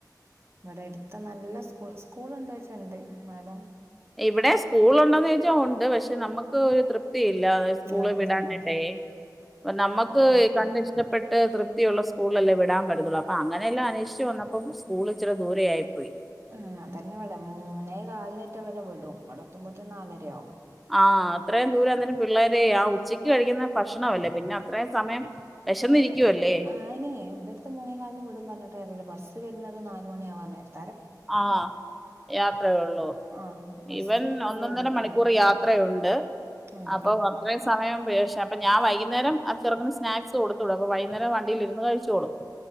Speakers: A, on the right; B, in the centre.
A: വടെ എട്ത്ത് നല്ല സ്കൂ സ്കൂൾ ണ്ടോ യിച്ചാൽ ണ്ട് ന്നാലും
B: ഇവിടെ സ്കൂൾ ഉണ്ടോന്ന് ചോദിച്ചാ ഉ പക്ഷെ നമുക്ക് ഒരു തൃപ്തിയില്ല സ്കൂള്
A: ആഹ് അതന്നെ
B: വിടാനായിട്ടേ അപ്പ നമ്മുക്ക്
A: അതെ
B: കണ്ട ഇഷ്ടപ്പെ തൃപ്തിയുള്ള സ്കൂളിലല്ലെ വിടാൻ പറ്റത്തൊള്ളു. അ അ അങ്ങനെല്ലാം അന്വേഷിച്ച് വന്നപ്പം സ സ്കൂളിച്ചിരി ദൂരെയായി പോയി
A: ഉം അതുതന്നെവിടെ മൂന്നേ കാല മറ്റരെ വിടുംഇവിടെത്തുമ്പോത്ത നാലരയാവും
B: ആ അത്രയും ദൂരം അന്നേരം പിള്ളേരെ ആ ഉച്ചയ്ക്ക് കഴിക്കുന്ന ഭക്ഷണമല്ലേ പിന്നെ അത്രയും സമയം വിശന്നിരിക്കുവല്ലേ
A: അയിന് ആയിനെ ഇവിടുത്തെ മൂന്നേകാലിനും വിട്ടുന്നുപറഞ്ഞിട്ട് കാര്യംല്ല ബസ്സ് വരുന്നത് നാല മണി ആ <unintelligible>
B: ആ യാത്രയേള്ളൂ
A: ആഹ് ബസ്സ്
B: ഇവൻ
A: വരുന്ന
B: ഒന്നൊന്നര
A: വൈകീട്ടാണ്
B: മണിക്കൂർ യാത്രയുണ്ട്
A: ഉം
B: അപ്പൊ അത്രേ സമയം വിശ അപ്പഞാൻവൈ വൈകുന്നേരം ചെറുകന് സ്നാക്സ് കൊ അപ്പ വൈകുന്നേരം വണ്ടിയിലിരുന്ന് കഴിച്ചോളും.